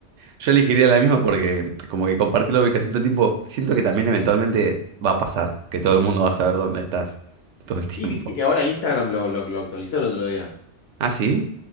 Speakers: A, on the right; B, on the left.
A: yo elegiría la misma porque como que compartir la ubicación todo el tiempo, siento que también eventualmente va a pasar, que todo el mundo va a saber dónde estás todo el tiempo.
B: Y viste que ahora Instagram lo, lo, lo actualizó el otro día.
A: ¿Ah, sí?